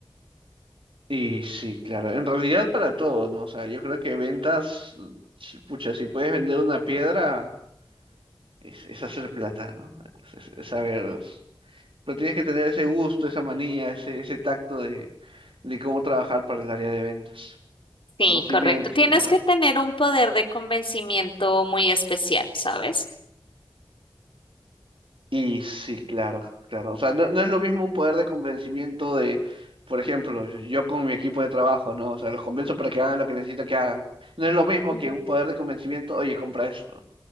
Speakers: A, on the right; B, on the left.
A: Y sí, claro, en realidad para todo, ¿no? O sea, yo creo que ventas, mm, si- pucha, si puedes vender una piedra, es, es hacer plata, ¿no? Es, es- es saber, pero tienes que tener ese gusto, esa manía, ese, ese tacto de, de cómo trabajar para el área de ventas,
B: Sí,
A: conocimientos
B: correcto. Tienes
A: y demás.
B: que tener un poder de convencimiento muy especial, ¿sabes?
A: Y sí, claro, claro. O sea, no, no es lo mismo un poder de convencimiento de, por ejemplo, yo, yo con mi equipo de trabajo, ¿no? O sea, los convenzo para que hagan lo que necesito que hagan. No es lo mismo
B: Ujú.
A: que un poder de convencimiento, oye, compra esto.